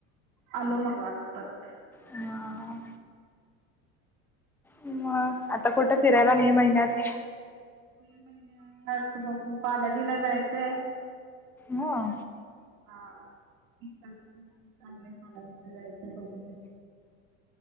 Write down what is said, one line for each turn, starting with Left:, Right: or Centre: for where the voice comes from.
Right: आलो मग आम्ही परत.
Centre: हा मग आता कुठं फिरायला मे महिन्यात?
Right: मे महिन्यात बघू बालाजीला जायचंय.
Centre: हां?
Right: हा. <unintelligible> चालय बालाजीला जायचं बघूया.